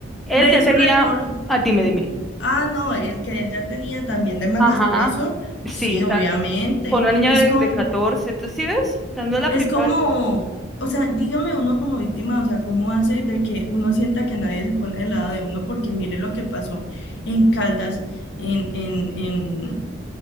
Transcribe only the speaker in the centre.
Él
ya
tenía,
ah, dime, dime.
Ajá,
sí,
exacto.
Con una niña
de,
de 14, ¿tú sí ves? O sea, no es la
primera
vez.